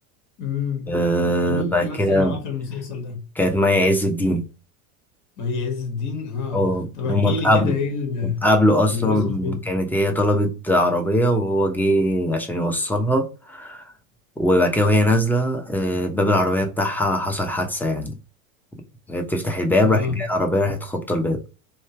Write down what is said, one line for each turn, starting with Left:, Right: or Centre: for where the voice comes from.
Left: امم
Centre: آه،
Left: طب مين
Centre: بعد
Left: اللي
Centre: كده
Left: مثل معاه في المسلسل ده
Centre: كانت مي عز الدين
Left: مي عز الدين اه
Centre: اه
Left: طب
Centre: هما
Left: احكي
Centre: اتقابلوا
Left: لي كده ايه ال-
Centre: اتقابلوا اصلا
Left: يعني وصل فين
Centre: كانت هي طلبت عربية وهو جه عشان يوصلها وبعد كده وهي نازلة آه، باب العربية بتاعها حصل حادثة يعني هي بتفتح الباب
Left: اه
Centre: راح جاي العربية راحت خبطة الباب